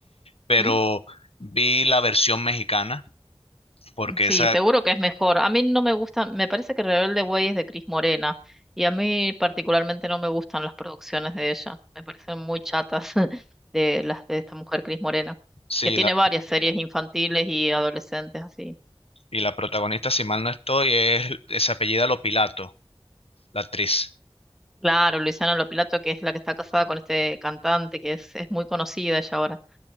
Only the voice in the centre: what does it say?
¿Mm?
Sí,
seguro que es mejor. A mí no me gusta, me parece que Rebelde Way es de Cris Morena y a mí particularmente no me gustan las producciones de ella. Me parecen muy chatas <laughs> de las de esta mujer Cris Morena,
que tiene
varias series infantiles y adolescentes así.
Claro, Luisana Lopilato, que es la que está casada con este cantante, que es, es muy conocida ella ahora.